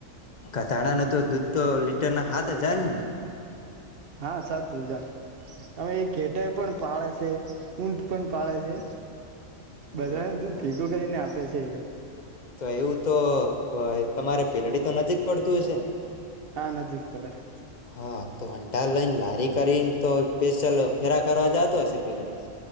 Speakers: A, on the left; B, on the right.
A: કતાળ ન તો દૂધ તો લીટર ના હાથ હજાર હ ને
B: હા સાત હજાર હવે એ ઘેટર પણ પાળે છે ઊંટ પણ પાળે છે
A: ને
B: બધા
A: બરોબર
B: ન દૂધ ભેગું કરીને આપે છે એ
A: તો એવું તો તમારે પીલડી તો નજીક પડતું હશે
B: હા નજીક પડે
A: ને હા તો અંડાાર લઈને લારી કરીને તો સ્પેશલ ફેરા કરવા જતો હશે પીરડી